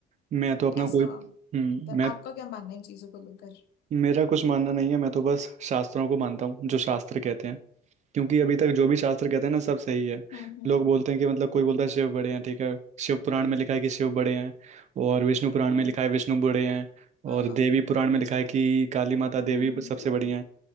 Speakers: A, on the right; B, on the left.
A: मैं तो अपना
B: ऐसा
A: कोई
B: मतलब
A: हम्म मैं
B: आपका क्या मानना है इन चीजों को लेकर
A: मेरा कुछ मानना नहीं है मैं तो बस शास्त्रों को मानता हूँ जो शास्त्र कहते हैं क्योंकि अभी तक जो भी शास्त्र कहते हैं ना सब सही है
B: हम्म हम्म
A: लोग बोलते हैं कि मतलब कोई बोलता है शिव बड़े हैं ठीक है शिव पुराण में लिखा है कि शिव बड़े हैं और विष्णु पुराण
B: ओ
A: में लिखा है विष्णु बड़े हैं
B: हाँ
A: और
B: हाँ
A: देवी पुराण में लिखा है कि काली माता
B: हम्म
A: देवी सबसे बड़ी हैं